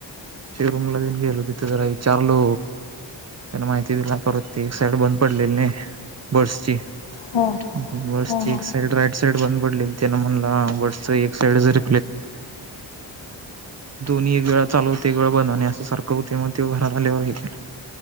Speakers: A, on the right; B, on the left.
A: शो रूमला देऊन गेलो तिथे जरा विचारलो. त्याला माहिती दिली. परत त एक साईड बंद पडलेली नाही बड्स ची.
B: हा
A: बड्स
B: हा हा हा
A: एक साइड राईट- बड्स ची एक साईड् बंद पडलेली. त्याना म्हणलं हां बड्सची एक साईड जरी <unintelligible> मी एक वेळा चालवते एक वेळा बंद असं सारखं होते मग ते घरात आल्यावर हे केलं.